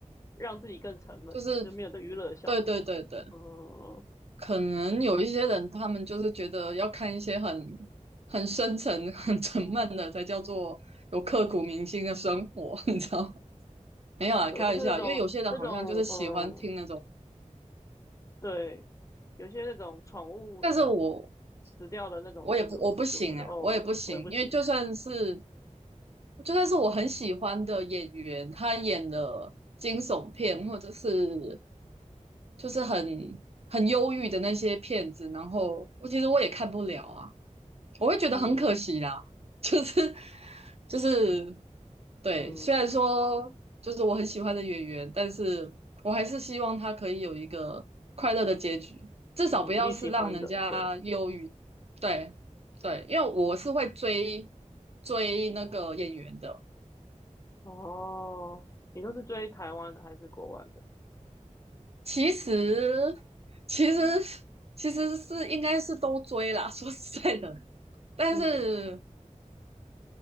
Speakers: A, on the left; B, on the right.
A: 让自己更沉闷，
B: 就是，
A: 就没有对娱乐的效果。
B: 对对对对，
A: 嗯，
B: 可能有一些人他们就是觉得要看一些很很深沉、很沉闷的，才叫做有刻骨铭心的生活，<laughs> 你知道吗？没有啊，
A: 对，
B: 开玩笑，
A: 或是那种那种嗯，
B: 因为有些人好像就是喜欢听那种，
A: 对，有些那种宠物那种
B: 但是我
A: 死掉的那种片子，
B: 我也不我不行哎、
A: 我就不就我就哦，
B: 我也不行，
A: 我也不行。
B: 因为就算是就算是我很喜欢的演员，
A: <laughs> 嗯
B: 他演的惊悚片或者是就是很很忧郁的那些片子，然后我其实我也看不了啊。我会觉得很可惜啦，
A: 嗯
B: <laughs> 就是就是对，
A: 嗯
B: 虽然说就是我很喜欢的演员，但是我还是希望他可以有一个快乐的结局，至少不要是让人家忧郁。
A: 嗯，你喜欢的，对。
B: 对对，因为我是会追追那个演员的，
A: 哦，你都是追台湾的还是国外的？
B: 其实其实其实是应该是都追啦，说实在的，但是
A: 嗯